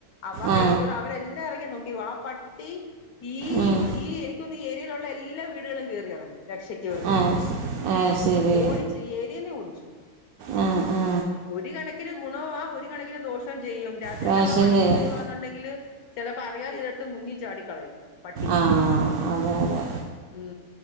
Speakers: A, on the left (about 75°); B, on the right (about 75°).
A: അവർടെ
B: ആ
A: അയ്യത്തോടെ അവരെല്ലാ എറങ്ങി നോക്കി ആ പട്ട് പട്ടി ഈ
B: ഉം.
A: ഈ എനിക്കോന്ന് ഈ ഏരിയയിലുള്ള എല്ലാ വീടുകളും കേറി എറങ്ങി രക്ഷ ക്ക് വേണ്ടീട്ട്
B: ആ ശ- ആ ശരി
A: ഓടിച്ചു ഏരിയേന്നെ ഓടിച്ചു
B: ആ ആ
A: ഒരു കണക്കിന് ഗുണവുവാ ഒരു കണക്കിന് ദോഷോം ചെയ്യും രാത്രിയിലൊക്കെ
B: ദോഷം
A: വണ്ടി
B: ചെയ്യും
A: വെരുവാന്നുണ്ടെങ്കില് ചെലപ്പോ അറിയാ ഇതെടുത്ത് മുന്നി ചാടിക്കളയും പട്ടി
B: ആഹ് അതെ അതെ
A: ഉം